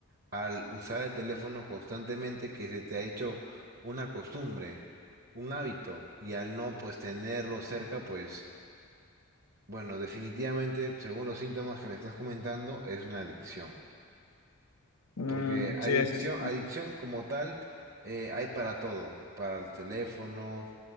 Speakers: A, on the right; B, on the left.
A: al usar el teléfono constantemente que se te ha hecho una costumbre, un hábito, y al no pues tenerlo cerca, pues bueno, definitivamente, según los síntomas que me estás comentando, es una adicción.
B: Mm,
A: Porque adicción,
B: sí, sí, sí.
A: adicción como tal, eh, hay para todo, para el teléfono,